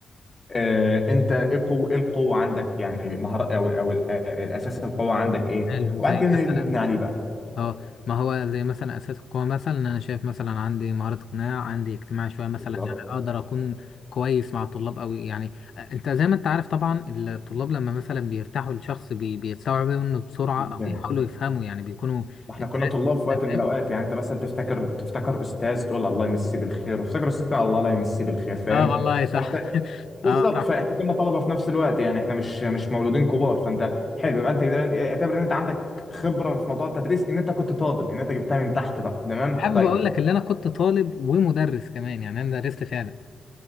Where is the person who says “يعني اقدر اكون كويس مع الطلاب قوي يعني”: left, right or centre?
Left